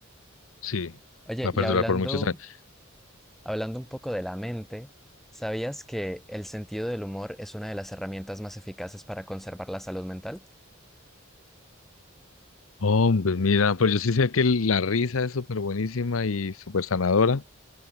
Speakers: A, on the left; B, in the centre.
A: Sí,
B: Oye,
A: va a
B: y
A: perdurar
B: hablando,
A: por muchos años.
B: hablando un poco de la mente, ¿sabías que el sentido del humor es una de las herramientas más eficaces para conservar la salud mental?
A: Hombre, mira, pues yo sí sé que la risa es súper buenísima y súper sanadora.